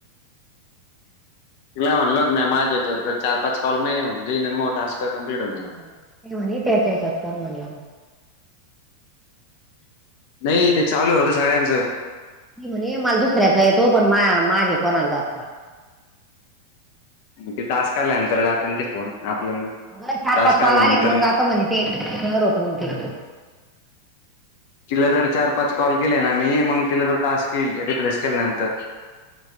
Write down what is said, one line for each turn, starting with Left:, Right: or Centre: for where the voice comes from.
Left: तूला म्हणलो नाही माझ्या ह्याच्यावर चार पाच कॉल मे हो म टास्क कंप्लीट होऊन जाईल.
Centre: तेव त्याच्या ह्याच्यात कर म्हणला.
Left: नाही ते चालू होतं सगळ्यांचं.
Centre: मी म्हणे मला दुसऱ्याचा येतो पण मा माझे कोणाला जात नाही.
Left: ती टास्क आल्यानंतर जाता न ते. कोण आपल्याला.
Centre: अगर चार
Left: टास्क
Centre: पाच कॉल
Left: आल्यानंतर
Centre: आले का मग जातो म्हणे ते शेअर होत मग ते.
Left: तिला जर चार पाच कॉल केले ना मी मग तिला तो टास्क रिप्लेस केल्यानंतर.